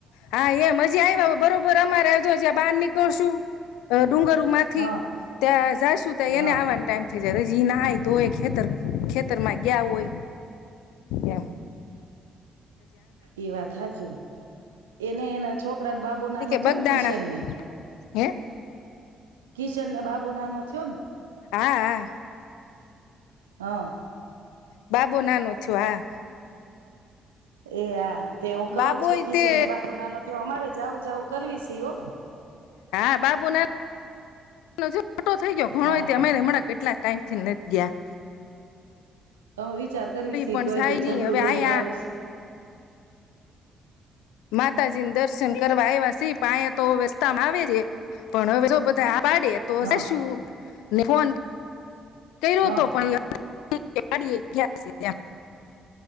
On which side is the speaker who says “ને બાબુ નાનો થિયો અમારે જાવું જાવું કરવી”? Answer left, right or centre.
Right